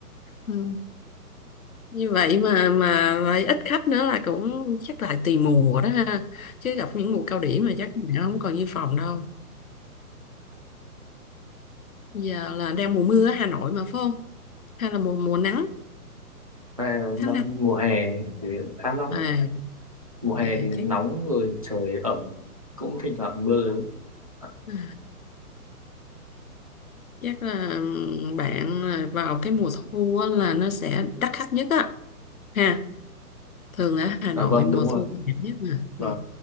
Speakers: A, on the left; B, on the right.
A: ừ. như vậy mà mà vậy ít khách nữa là cũng chắc là tùy mùa đó ha chứ gặp những mùa cao điểm mà chắc bạn không còn như phòng đâu giờ là đang mùa mùa ở Hà Nội mà phải không hay là mùa mùa nắng
B: tại
A: tháng
B: đang
A: năm
B: mùa hè thì khá nóng
A: à
B: mùa
A: mùa
B: hè
A: hè
B: thì
A: chắc
B: nóng rồi trời ẩm cũng thỉnh thoảng mưa lớn à,
A: À, chắc là bạn là vào cái mùa thu á, là nó sẽ đắt khách nhất á ha thường ở Hà
B: dạ
A: Nội
B: vâng
A: mùa
B: đúng rồi
A: thu là đẹp nhất mà
B: và
A: ừ.